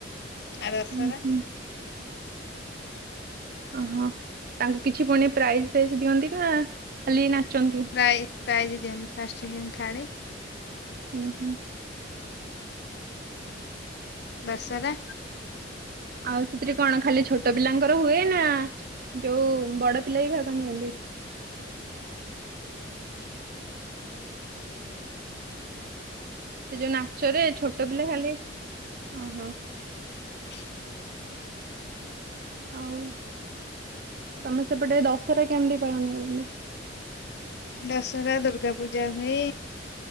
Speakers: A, on the left; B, on the right.
A: ଆ
B: ହୁଁ
A: ଦସରା
B: ହୁଁ ଅହଁ ତାଙ୍କୁ କିଛି ପୁଣି ପ୍ରାଇଜ୍ ଫାଇଜ୍ ଦିଅନ୍ତି ନା ଖାଲି ନାଚନ୍ତି।
A: ପ୍ରାଇ ପ୍ରାଇଜ୍ ଦିଅନ୍ତି ଫାଷ୍ଟ ସେକେଣ୍ଡ ଥାର୍ଡ଼।
B: ହୁଁ ହୁଁ
A: ବଶରେ
B: ଆଉ ସେଥିରେ କଣ ଖାଲି ଛୋଟ ପିଲାଙ୍କର ହୁଏ ନା ଯୋଉ ବଡ଼ ପିଲା ବି ଭାଗ ନିଅନ୍ତି। ସେ ସେ ଯୋଉ ନାଚରେ ଛୋଟ ପିଲା ଖାଲି ଓହୋ
A: ହ
B: ଆଉ ତମେ ସେପଟେ ଦଶହରା କେମିତି ପାଳନ କରିବ?
A: ଦଶହରା ଦୁର୍ଗା ପୂଜା ହୁଏ।